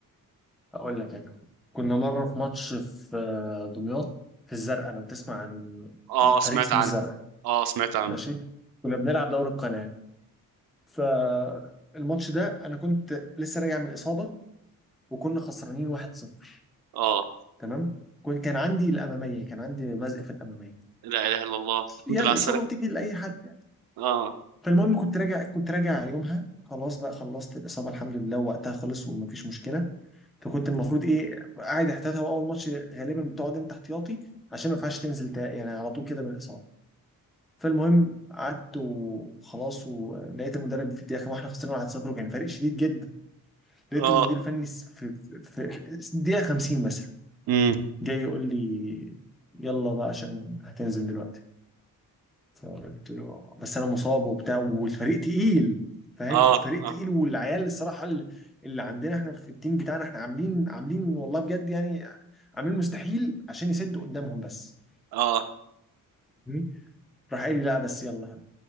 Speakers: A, in the centre; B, on the right.
A: هقول لك انا كنا مره في ماتش في آه، دمياط في الزرقاء لو تسمع عن
B: اه
A: فريق
B: سمعت
A: اسمه
B: عنه
A: الزرقاء
B: اه سمعت عنه
A: ماشي كنا بنلعب دوري القناه فالماتش ده انا كنت لسه راجع من اصابه وكنا خسرانين 1-0
B: اه
A: تمام كو- كان عندي الاماميه كان عندي مزق في الاماميه
B: لا اله الا الله الحمد
A: يعني
B: لله على
A: الاصابه
B: السلامه
A: بتيجي لاي حد يعني
B: اه
A: فالمهم كنت راجع كنت راجع يومها خلاص بقى خلصت الاصابه الحمد لله وقتها خلص ومفيش مشكله فكنت المفروض ايه قاعد احتياطي هو اول ماتش غالبا بتقعد انت احتياطي عشان ما ينفعش تنزل تا- يعني على طول كده من الاصابه فالمهم قعدت وخلاص ولقيت المدرب في الدقيقه واحنا خسرنا 1-0 وكان فرق شديد جدا لقيت
B: اه
A: المدير الفني س- في, في, في دقيقة 50 مثلا
B: امم
A: جاي يقول لي يلا بقى عشان هتنزل دلوقتي فقلت له بس انا مصاب وبتاع والفريق تقيل فاهم
B: اه
A: الفريق
B: اه
A: تقيل والعيال الصراحة اللي اللي عندنا احنا في التيم بتاعنا احنا عاملين عاملين والله بجد يعني عاملين مستحيل عشان يسدوا قدامهم بس
B: اه
A: فاهمني؟ راح قال لي لا بس يلا